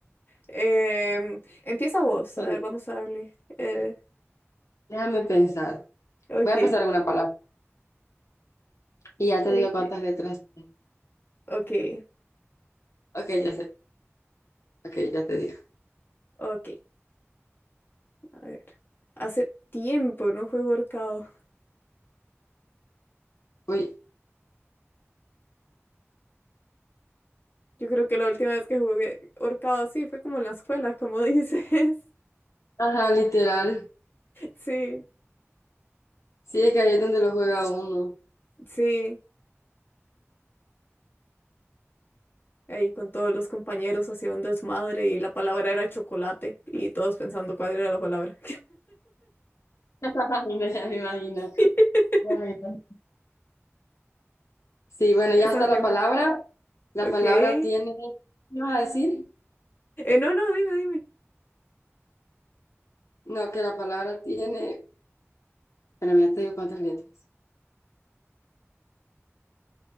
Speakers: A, on the left; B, on the left.
A: Em, empieza vos,
B: Soy
A: a ver,
B: yo.
A: vamos a darle. el-
B: Ok, Déjame pensar.
A: ok,
B: Voy a pensar en una palabra y ya te
A: ok,
B: digo cuántas letras tiene.
A: ok,
B: Ok, ya sé. Ok, ya te digo.
A: ok. A ver, hace tiempo no juego ahorcado.
B: Uy.
A: Yo creo que la última vez que jugué ahorcado, sí, fue como en la escuela, como dices. <laughs>
B: Ajá, literal.
A: Sí,
B: Sí, es que ahí es donde lo juega uno.
A: sí. Ahí con todos los compañeros hacía un desmadre y la palabra era chocolate y todos pensando cuál era la palabra.
B: <laughs> Me, ya Me imagino.
A: <laughs>
B: Bueno. Sí, bueno,
A: Esa
B: ya está
A: siempre.
B: la palabra. La
A: Ok.
B: palabra
A: Eh,
B: tiene, ¿qué vas a decir?
A: no, no, dime, dime.
B: No, que la palabra tiene, pero ya te digo cuántas letras.